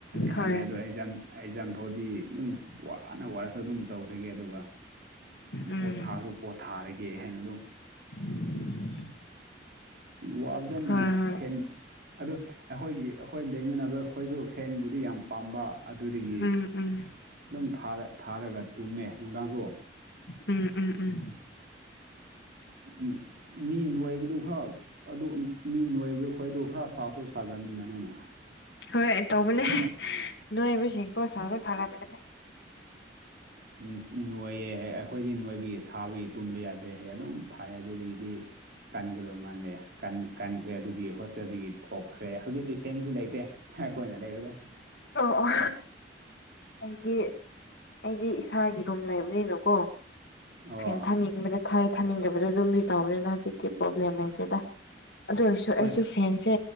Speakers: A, on the right; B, on the left.
A: ꯁꯥꯟꯅꯩ
B: ꯍꯣꯏ
A: ꯑꯗꯣ ꯑꯩ ꯖꯝ ꯑꯩ ꯖꯝꯐꯥꯎꯗꯤ ꯑꯗꯨꯝ ꯋꯥꯅ ꯋꯥꯔꯁꯨ ꯑꯗꯨꯝ ꯇꯧꯈꯤꯒꯦ ꯑꯗꯨꯒ
B: ꯎꯝ
A: ꯄꯣꯠ ꯊꯥꯔꯁꯨ ꯄꯣꯠ ꯊꯥꯔꯒꯦ ꯍꯥꯏꯅ ꯑꯗꯨꯝ
B: <unintelligible>
A: ꯋꯥꯞꯖꯅꯤꯅꯦ
B: ꯍꯣꯏ ꯍꯣꯏ
A: ꯐꯦꯟ ꯑꯗꯨ ꯑꯩꯈꯣꯏꯒꯤ ꯑꯩꯈꯣꯏ ꯂꯩꯃꯤꯟꯅꯕ ꯑꯩꯈꯣꯏꯁꯨ ꯐꯦꯟꯕꯨꯗꯤ ꯌꯥꯝ ꯄꯥꯝꯕ ꯑꯗꯨꯗꯒꯤ
B: ꯎꯝ ꯎꯝ
A: ꯑꯗꯨꯝ ꯊꯥꯔꯒ ꯇꯨꯝꯃꯦ ꯅꯨꯡꯗꯥꯡꯁꯨ
B: ꯎꯝ ꯎꯝ ꯎꯝ
A: ꯎꯝ ꯃꯤ ꯅꯨꯡꯣꯏꯕꯗꯨ ꯈꯔ ꯑꯗꯨ ꯃꯤ ꯅꯣꯏꯕꯗꯨ ꯈꯣꯏꯗ ꯈꯔ ꯁꯥꯁꯨ ꯁꯥꯒꯟꯕꯅꯅꯤꯅꯦ
B: ꯍꯣꯏ ꯇꯧꯕꯅꯦ ꯅꯣꯏꯕꯁꯤꯡꯀꯣ ꯁꯥꯁꯨ ꯁꯥꯒꯟꯕꯅꯦ
A: ꯎꯝ ꯅꯣꯏꯌꯦ ꯑꯩꯈꯣꯏꯗꯤ ꯅꯣꯏꯕꯌꯦ ꯁꯥꯕꯒꯤ ꯇꯨꯝꯕ ꯌꯥꯗꯦ ꯍꯥꯏ ꯑꯗꯨꯝ ꯊꯥꯏ ꯑꯗꯨꯗꯒꯤꯗꯤ ꯀꯟꯒꯗꯧ ꯃꯥꯜꯅꯂꯦ ꯀ ꯀꯟꯈ꯭ꯔꯦ ꯑꯗꯨꯗꯤ ꯍꯣꯁꯇꯦꯜꯗꯒꯤ ꯊꯣꯛꯈ꯭ꯔꯦ ꯍꯧꯖꯤꯛꯇꯤ ꯊꯦꯡꯁꯨ ꯂꯩꯇꯦ ꯑꯩꯈꯣꯏꯅ ꯂꯩꯕꯗꯣ <inaudible>
B: ꯑꯣ ꯑꯣ ꯑꯩꯗꯤ ꯑꯩꯗꯤ ꯏꯁꯥꯒꯤ ꯔꯨꯝ ꯂꯩꯕꯅꯤꯅꯀꯣ
A: ꯑꯣ
B: ꯐꯦꯟ ꯊꯥꯅꯤꯡ ꯕꯗ ꯊꯥꯏ ꯊꯥꯅꯤꯡꯗꯕꯗ ꯑꯗꯨꯝꯗꯤ ꯇꯧꯕꯅꯤꯅ ꯍꯧꯖꯤꯛꯀꯤ ꯄ꯭ꯔꯣꯕ꯭ꯂꯦꯝ ꯂꯩꯇꯦꯗ ꯑꯗꯨ ꯑꯣꯏꯔꯁꯨ
A: ꯍꯣꯏ
B: ꯑꯩꯁꯨ ꯐꯦꯟꯁꯦ